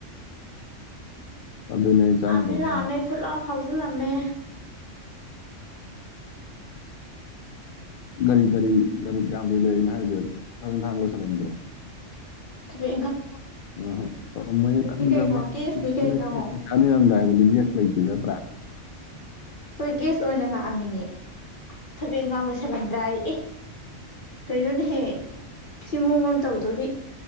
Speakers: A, on the left; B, on the left.
A: ꯑꯗꯨꯅꯦ ꯑꯩ ꯆꯪꯗ꯭ꯔꯦ
B: ꯂꯩ
A: ꯍꯣꯏꯅꯦ
B: ꯑꯃ ꯐꯨꯂ ꯐꯥꯎꯖꯤꯜꯂꯝꯃꯦ
A: ꯀꯒꯥꯔꯤ ꯀꯔꯤ ꯀꯒꯥꯔꯤ ꯀꯌꯥ ꯀꯨꯏ ꯂꯩꯅꯣ ꯍꯥꯏꯁ ꯊ ꯏꯪꯈꯥꯡ ꯂꯣꯏꯁꯜꯂꯝꯕ꯭ꯔꯣ
B: ꯊꯦ
A: ꯑ ꯃ
B: ꯀꯩꯅꯣ ꯒꯦꯁꯅꯤ
A: ꯊꯅꯤꯗ
B: ꯀꯩꯅꯣ
A: ꯌꯦꯁꯂꯇꯅ ꯍꯥꯠꯇ꯭ꯔ
B: ꯑꯩꯈꯣꯏ ꯒꯦꯁ ꯑꯣꯏꯅ ꯂꯥꯛꯑꯝꯃꯤꯅꯦ ꯊꯕꯦꯟ ꯀꯥꯡꯕ ꯁꯦꯝꯂꯝꯝꯗ꯭ꯔꯥ ꯑꯦ ꯀꯩꯅꯣꯅꯦꯍꯦ ꯁꯤ ꯃꯑꯣ ꯑꯃ ꯇꯧꯗꯣꯔꯤ